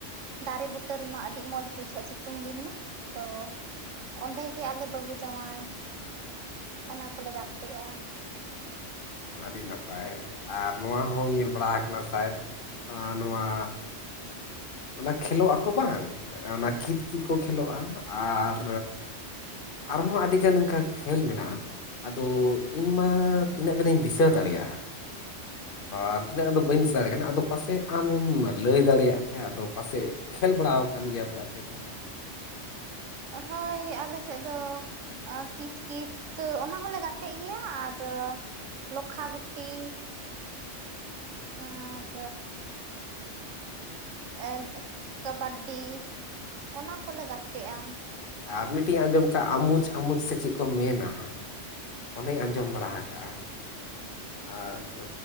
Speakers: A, on the right (about 80°); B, on the left (about 50°).
A: ᱫᱟᱨᱮ ᱵᱩᱴᱟᱹ ᱨᱮᱢᱟ ᱟᱹᱰᱤ ᱟᱹᱰᱤ ᱢᱚᱸᱡᱽ ᱵᱩᱡᱷᱟᱹᱜᱼᱟ ᱥᱤᱛᱩᱝ ᱫᱤᱱ ᱢᱟ ᱛᱚ ᱚᱸᱰᱮ ᱜᱮ ᱟᱞᱮ ᱵᱟᱹᱦᱩ ᱡᱟᱶᱟᱭ ᱚᱱᱟ ᱠᱚᱞᱮ ᱜᱟᱛᱮᱜᱼᱟ᱾
B: ᱟᱹᱰᱤ ᱱᱟᱯᱟᱭ ᱟᱨ ᱱᱚᱣᱟ ᱦᱚᱸ ᱧᱮᱞ ᱵᱟᱲᱟ ᱠᱟᱱᱟ ᱥᱟᱭ ᱟᱸ ᱱᱚᱣᱟ ᱚᱱᱟ ᱠᱷᱮᱞᱚᱜ ᱟᱠᱚ ᱵᱟᱝ ᱚᱱᱟ ᱠᱤᱛ ᱠᱤᱛ ᱠᱚ ᱠᱷᱮᱞᱚᱜᱼᱟ ᱟᱨ ᱟᱨᱦᱚᱸ ᱟᱹᱰᱤᱜᱟᱱ ᱚᱱᱠᱟ ᱠᱷᱮᱞ ᱢᱮᱱᱟᱜᱼᱟ᱾ ᱟᱫᱚ ᱤᱧ ᱢᱟ ᱛᱤᱱᱟᱹᱜ ᱜᱟᱱᱤᱧ ᱫᱤᱥᱟᱹ ᱫᱟᱲᱮᱭᱟᱜᱼᱟ᱾ ᱟᱨ ᱛᱤᱱᱟᱹᱜ ᱜᱟᱱ ᱫᱚ ᱵᱟᱹᱧ ᱫᱤᱥᱟᱹ ᱫᱟᱲᱮᱭᱟᱜ ᱠᱟᱱᱟ ᱟᱫᱚ ᱯᱟᱥᱮᱡ ᱟᱢᱮᱢ ᱞᱟᱹᱭ ᱫᱟᱲᱮᱭᱟᱜ᱾ ᱠᱮᱭᱟ ᱟᱫᱚ ᱯᱟᱥᱮᱡ ᱠᱷᱮᱞ ᱵᱟᱲᱟ ᱟᱠᱟᱱ ᱜᱮᱭᱟᱯᱮ ᱟᱯᱮ ᱫᱚ᱾
A: ᱦᱳᱭ ᱟᱞᱮ ᱥᱮᱫ ᱫᱚ, ᱟᱸ ᱠᱤᱛ ᱠᱤᱛ ᱚᱱᱟ ᱦᱚᱸᱞᱮ ᱜᱟᱛᱮᱜ ᱜᱮᱭᱟ ᱟᱨ ᱞᱳᱠᱠᱷᱟ ᱜᱩᱴᱤ ᱟᱨ ᱮᱸ ᱠᱟᱵᱟᱰᱤ ᱚᱱᱟ ᱠᱚᱞᱮ ᱜᱟᱛᱮᱜᱼᱟ᱾
B: ᱟᱨ ᱢᱤᱫᱴᱤᱡ ᱤᱧ ᱟᱸᱡᱚᱢ ᱟᱠᱟᱫᱼᱟ ᱟᱢᱩᱪ ᱟᱢᱩᱪ ᱥᱮ ᱪᱮᱫ ᱠᱚ ᱢᱮᱱᱟ᱾ ᱚᱱᱮᱧ ᱟᱸᱡᱚᱢ ᱵᱟᱲᱟ ᱟᱠᱟᱜᱼᱟ᱾ ᱟᱨ